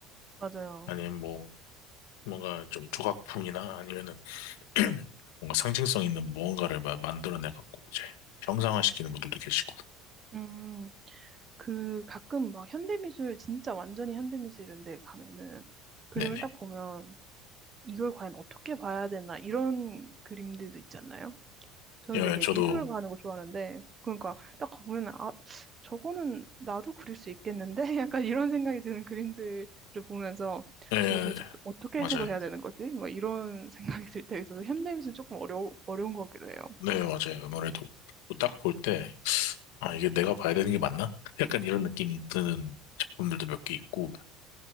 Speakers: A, on the right; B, on the left.
A: 맞아요.
B: 아니면 뭐 뭔가 좀 조각품이나 아니면은 <clears throat> 뭔가 상징성 있는 무언가를 막 만들어내 갖고 이제 형상화시키는 분들도 계시고.
A: 음, 그 가끔 막 현대미술 진짜 완전히 현대미술 이런 데 가면은 그림을
B: 네네.
A: 딱 보면 이걸 과연 어떻게 봐야 되나 이런 그림들도 있지 않나요? 저는
B: 예,
A: 되게
B: 저도,
A: 미술을 가는 거 좋아하는데 그러니까 딱 보면 아 저거는 나도 그릴 수 있겠는데 <laughs> 약간 이런 생각이 드는 그림들을 보면서
B: 예,
A: 저걸 도대체 어떠- 어떻게
B: 맞아요.
A: 해석을 해야 되는 거지? 막 이런 <laughs> 생각이 들 때가 있어서 현대미술 조금 어려 어려운 것 같기도 해요.
B: 네, 맞아요. 아무래도 딱 볼 때, 아, 이게 내가 봐야 되는 게 맞나? <laughs> 약간 이런 느낌 드는 작품들도 몇 개 있고,